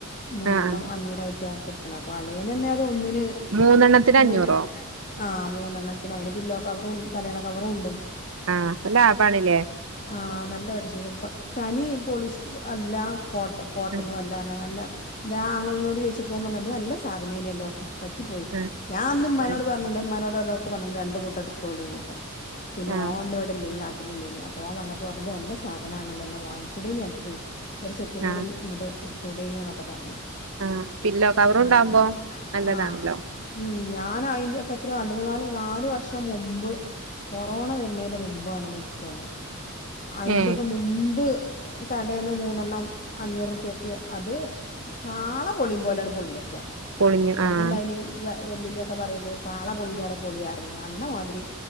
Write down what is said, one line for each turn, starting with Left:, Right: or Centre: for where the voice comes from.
Left: മൂന്നെണ്ണം
Right: ആഹ്
Left: അഞ്ഞൂറായിട്ടാ കൊടുക്കണെ അപ്പൊ അളിയനന്നെ അത് ഒന്നിന്
Right: മൂന്നെണ്ണത്തിന്
Left: നൂ
Right: അഞ്ഞൂറോ
Left: ആ മൂന്നെണ്ണത്തിന് അതിന് പില്ലോ കവറും തലയണ കവറും ഉണ്ട്
Right: ആ അപ്പൊ ലാഭാണില്ലേ
Left: ആ നല്ലൊരി ശീലി <unintelligible> തനി പോളിസ് അല്ലാ കോട്ട കോട്ടനും
Right: ആഹ്
Left: അല്ലാ നല്ല ഞാങ്ങളിനോട് ചോദിച്ചപ്പൊവൻ പറഞ്ഞത് ഇത് നല്ല സാധനിലില്ലോ പറ്റിപ്പോയി
Right: ആഹ്
Left: ഞാൻ അന്നും മ്മാനോട്
Right: ആഹ്
Left: പറഞ്ഞട്ട്ണ്ട് മ്മാനോട് <unintelligible> പറഞ്ഞു രണ്ടു കൂട്ട എടുത്തോളീന്നൊക്കെ പിന്നെ
Right: ആഹ്
Left: ഓ വന്നു ഇവിടെ ഇല്ലെ നാട്ടിലില്ലേനി അപ്പോ ഓൻ വന്നപ്പോ പറഞ്ഞത് ഇത് നല്ല സാ സാധനാണല്ലോന്നാ വാങ്ങികൂടായ്നോ അനക്ക് കൂടി
Right: ആഹ്
Left: ഇങ്ങട്ട് എടുത്തൂടേനീന്നൊക്കെ പറഞ്ഞ്
Right: ആഹ് പില്ലോ കവറുണ്ടാവുമ്പോ
Left: അങ്ങന
Right: നല്ലതാണല്ലോ
Left: ആ ഉം ഞാനയിന്റൊക്കെ എത്രയോ രണ്ട്മൂന്നാല് നാലു വർഷം മുമ്പ് കൊറോണ വരുന്നേന്റെ മുമ്പാണെന്നാ നിക്ക് തോന്നണേ അയിന്റെയൊക്കെ
Right: ഏഹ്
Left: മുമ്പ് കടേന്ന് മൂന്നെണ്ണം അഞ്ഞൂറുപ്പ്യക്ക് അത് പാള പൊളിയും പോലെണ്ട് പൊളിഞ്ഞു ക്ക
Right: പൊളിഞ്ഞു
Left: പണ്ടുണ്ടായിനി
Right: ആഹ്
Left: വ വല്ലിമ്മയൊക്കെ പറയല് പാള പൊളിഞ്ഞോരെ പൊളിയാറീനി അന്നു മുതല്